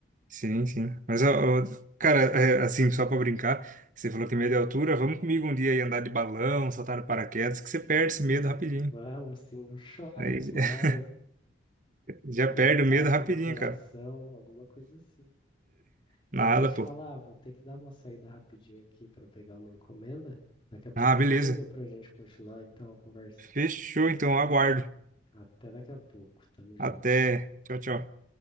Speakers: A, on the right (about 45°); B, on the left (about 25°).
A: Sim, sim. Mas, ó, ó, cara, é, assim, só pra brincar, você falou que medo é altura, vamos comigo um dia aí andar de balão, saltar no paraquedas, que você perde
B: <laughs>
A: esse medo rapidinho.
B: Vamos, sim, eu choro,
A: Aí
B: desmaio,
A: <laughs> já
B: tem
A: perde
B: um ataque
A: o medo rapidinho,
B: do coração,
A: cara.
B: alguma coisa assim.
A: Nada,
B: Mas deixa eu
A: pô.
B: falar, vou ter que dar uma saída rapidinho aqui para pegar uma encomenda. Daqui a pouco
A: Ah,
B: eu
A: beleza.
B: te ligo para a gente continuar então a conversa.
A: Fechou, então, aguardo.
B: Até daqui a pouco, tamo junto.
A: Até. Tchau, tchau.